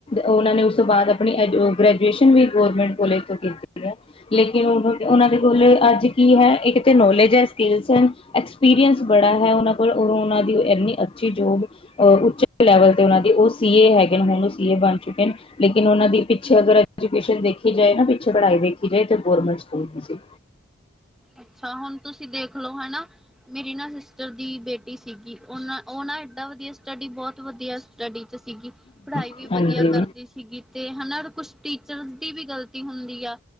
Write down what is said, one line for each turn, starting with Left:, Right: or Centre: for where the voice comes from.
Left: ਉਨਾਂ ਨੇ ਉਸ ਤੋਂ ਬਾਦ ਅਪਨੀ ਗ੍ਰੈਜੂਏਸ਼ਨ ਵੀ ਗੋਰਮੈਂਟ ਕੋਲਜ ਤੋਂ ਕੀਤੀ ਐ। ਲੇਕਿਨ ਉਦੋਂ ਉਨਾ ਦੇ ਕੋਲ ਅੱਜ ਕੀ ਹੈ? ਇਕ ਤੇ ਨੋਲਜ ਐ, ਸਕਿਲਸ ਐ, ਐਜੁ ਪੀਰੀਅੰਸ ਬੜਾ ਹੈ ਉਨਾਂ ਕੋਲ, ਉਨਾਂ ਦੀ ਐੰਨੀ ਅੱਛੀ ਜੋਬ ਔਰ ਉੱਚੇ ਲੈਵਲ 'ਤੇ ਉਨਾਂ ਦੇ, ਉਹ ਸੀ, ਏ, ਹੈਗੇ, ਹੁਨ ਉਹ ਸੀ, ਏ, ਬਨ ਚੁੱਕੇ ਨੇ। ਲੇਕਿਨ ਉਨਾਂ ਦੀ ਪਿੱਛੇ ਅਗਰ ਐਜੁਕੇਸ਼ਨ ਦੇਖੀ ਜਾਏ ਨਾ, ਪਿੱਛੇ ਪੜ੍ਹਾਈ ਵੇਖੀ ਜਾਏ, 'ਤੇ ਗੋਰਮੈਂਟ ਸਕੂਲ ਸੀ।
Centre: ਅੱਛਾ, ਹੁਨ ਤੁਸੀਂ ਦੇਖ ਲੋ ਹੈ ਨਾ, ਮੇਰੀ ਨਾ ਸਿਸਟਰ ਦੀ ਬੇਟੀ ਟੀ ਸੀਗੀ, ਉਨਾਂ ਓਹ ਨਾ ਏਡਾ ਵਦੀਆ ਸਟੱਡੀ, ਬੋਤ ਵਦੀਆ ਸਟੱਡੀ 'ਚ ਸੀਗੀ। ਪੜ੍ਹਾਈ
Left: ਹਾਂਜੀ
Centre: ਵੀ ਵਦੀਆ ਕਰਦੀ ਸੀ। ਸੀਗੀ 'ਤੇ ਹਨਾ, ਕੁਛ ਟੀਚਰਸ ਦੀ ਵੀ ਗਲਤੀ ਹੁੰਦੀ ਆ